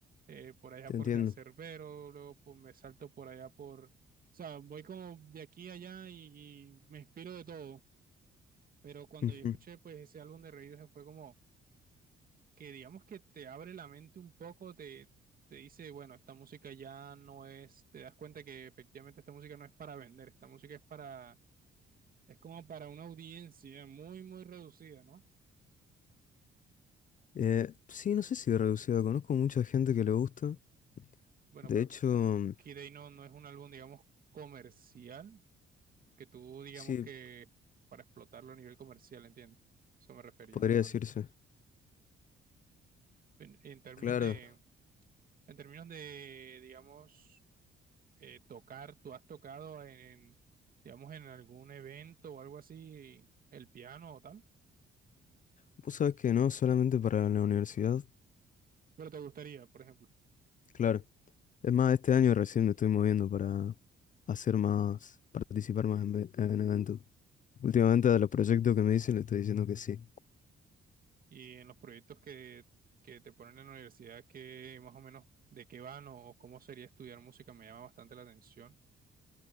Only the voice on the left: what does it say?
te
entiendo.
Ujú.
Eh, sí, no sé si reducido, conozco mucha gente que le gusta.
De
hecho, mm,
sí,
podría
decirse.
Claro,
vos sabés que no solamente para la universidad,
claro. Es más, este año recién me estoy moviendo para hacer más, participar más en, ve- en eventos. Últimamente a los proyectos que me dicen le estoy diciendo que sí.